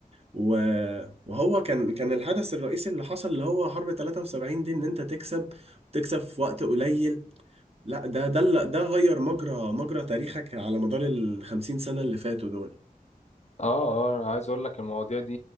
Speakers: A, on the right; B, on the left.
A: و- وهو كان كان الحدث الرئيسي اللي حصل اللي هو حرب 73 دي ان انت تكسب تكسب في وقت قليل لا ده ده اللي- ده غير مجرى مجرى تاريخك على مدار ال 50 سنة اللي فاتوا دول
B: اه اه عايز اقول لك المواضيع دي